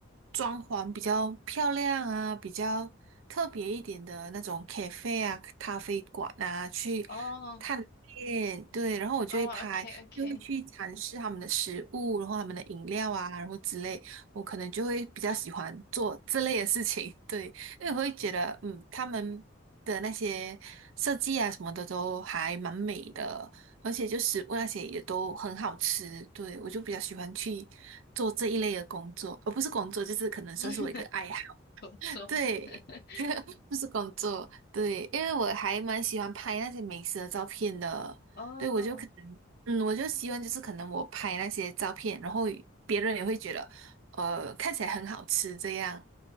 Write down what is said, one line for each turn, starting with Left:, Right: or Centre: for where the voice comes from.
Right: 装潢比较漂亮啊，比较特别一点的那种 cafe 啊、咖啡馆啊去
Left: 哦
Right: 探店，对，然后我就会拍，
Left: 哦，OK OK，
Right: 就会去尝试他们的食物，然后他们的饮料啊，然后之类，我可能就会比较喜欢做这类的事情，<laughs> 对，因为我会觉得，嗯，他们的那些设计啊什么的都还蛮美的，而且就食物那些也都很好吃。对，我就比较喜欢去做这一类的工作，而不是工作，就是可能算是我一个爱好。
Left: <laughs> <laughs> 工作。
Right: 对，
Left: <laughs>
Right: <laughs> 不是工作，对，因为我还蛮喜欢拍那些美食的照片的。
Left: 哦，
Right: 对，我就可能，嗯，我就希望就是可能我拍那些照片，然后别人也会觉得，呃，看起来很好吃这样。